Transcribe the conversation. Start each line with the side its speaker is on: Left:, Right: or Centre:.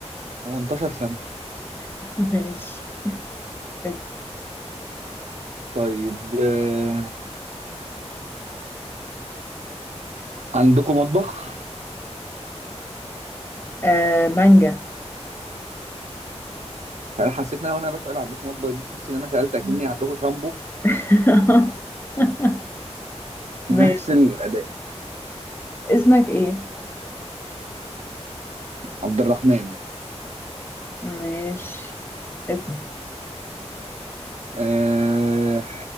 Right: 18 سنه
Left: <laughs> ماشي اس-
Right: طيب آه، <clears throat> عندكم مطبخ
Left: آه مانجا
Right: انا حسيت ان انا وانا بسال عندكم مطبخ دي تحسي ان انا سالت اكني عندكم شامبو
Left: <laughs>
Right: نفس
Left: ماشي
Right: الاداء
Left: اسمك ايه
Right: عبد الرحمن
Left: ماشي اسم
Right: آه...